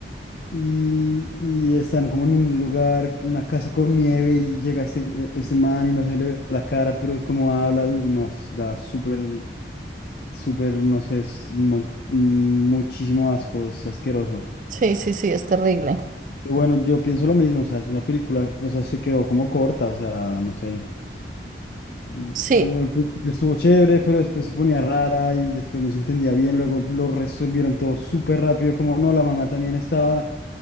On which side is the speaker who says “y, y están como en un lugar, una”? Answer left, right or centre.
Left